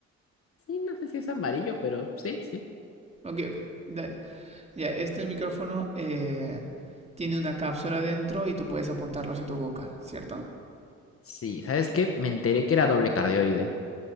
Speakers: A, on the left; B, on the right.
A: Sí, no sé si es amarillo, pero sí, sí.
B: Ok, ok, dale. Ya, este micrófono eh, tiene una cápsula dentro y tú puedes apuntarlo hacia tu boca, ¿cierto?
A: Sí, ¿sabes qué? Me enteré que era doble cardioide.